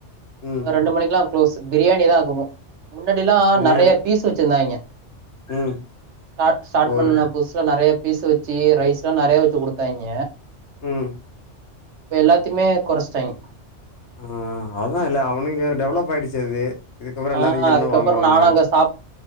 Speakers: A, on the left; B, on the right.
A: ம்.
B: ரெண்டு மணிக்கு எல்லா குளோஸ்சு பிரியாணி தா ஆக்குவோ முன்னாடி எல்லா
A: பிரியாணி
B: நெறைய பீஸ் வெச்சிருந்தாங்க
A: ம்
B: ஸ்ட் ஸ்டார்ட்
A: ஒரு
B: பண்ண புதுசுல நெறைய பீசு வெச்சு ரைஸ்ல்லா நெறைய வெச்சு குடுத்தாங்க
A: ம்
B: இப்ப எல்லாத்தையுமே கொறச்சிட்டாங்க
A: ஆ அதா இல்ல அவனுங்க டெவலப் ஆயிடுச்சு அது இதுக்கப்பறோ
B: ஆ
A: எல்லாரு இங்க இருந்துதா
B: அதுக்கப்புறோ
A: வாங்குவாங்க
B: நானு அங்க சாப்